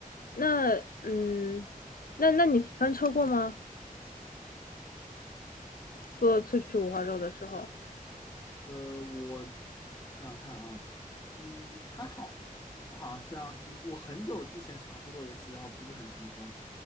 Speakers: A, on the left; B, on the left.
A: 那嗯，那那你翻车过吗？做脆皮五花肉的时候？
B: 呃，我想想看啊，嗯，还好，我好像一我很久之前尝试过一次，然后不是很成功，